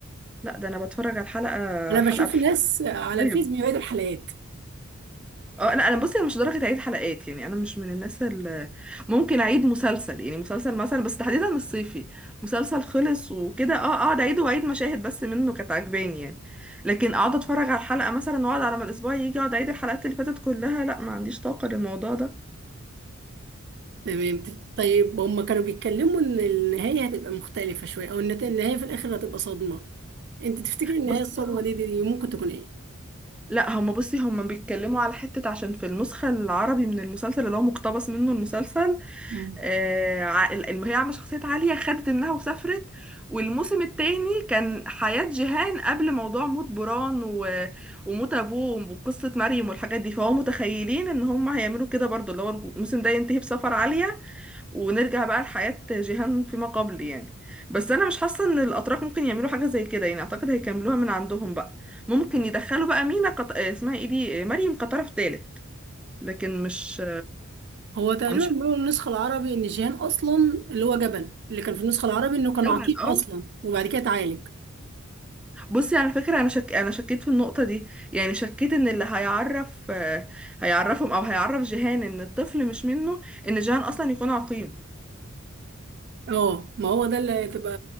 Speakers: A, in the centre; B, on the right (about 55°).
A: لا ده انا بتفرج على الحلقة
B: انا
A: حلقة
B: بشوف
A: بحلقة
B: ناس على
A: أيوة.
B: الفيس بيعيدوا الحلقات
A: اه لا انا بصي انا مش لدرجه اعيد حلقات يعني انا مش من الناس اللي ممكن اعيد مسلسل يعني مسلسل مثلا بس تحديدا الصيفي مسلسل خلص وكده اه اقعد اعيد واعيد مشاهد بس منه كانت عجباني يعني لكن اقعد اتفرج على الحلقه مثلا واقعد على ما الاسبوع يجي اقعد اعيد الحلقات اللي فاتت كلها لا ما عنديش طاقه للموضوع ده
B: تمام طيب هم كانوا بيتكلموا ان النهايه هتبقى مختلفه شويه او النت- النهايه في الاخر هتبقى صدمه انت تفتكري النهايه
A: بصي
B: الصدمه
A: هم-
B: دي, دي, دي ممكن تكون ايه؟
A: لا هم بصي هم بيتكلموا على حته عشان في النسخه العربي من المسلسل اللي هو مقتبس منه المسلسل
B: مم.
A: آه، ع- الم- هي عامله شخصيه عاليه خدت منها وسافرت والموسم التاني كان حياه جيهان قبل موضوع موت بران و... وموت ابوه وقصه مريم والحاجات دي فهو متخيلين ان هم هيعملوا كده برضو اللي هو الموسم ده ينتهي بسفر عاليه ونرجع بقى لحياه جيهان فيما قبل يعني بس انا مش حاسه ان الاتراك ممكن يعملوا حاجه زي كده يعني اعتقد هيكملوها من عندهم بقى ممكن يدخلوا بقى مينا قط... آه، اسمها ايه دي آه، مريم كطرف تالت لكن مش
B: هو تقريبا
A: مش
B: بيقولوا النسخة العربي إن جيهان أصلا اللي هو جبل اللي كان في النسخة العربي إنه كان
A: هتجابها
B: عقيم
A: الأول
B: أصلا وبعد كده اتعالج
A: بصي على فكرة أنا شك... أنا شكيت في النقطة دي يعني شكيت إن اللي هيعرف آه، هيعرفهم أو هيعرف جيهان إن الطفل مش منه إن جيهان أصلا يكون عقيم
B: اه ما هو ده اللي هتبقى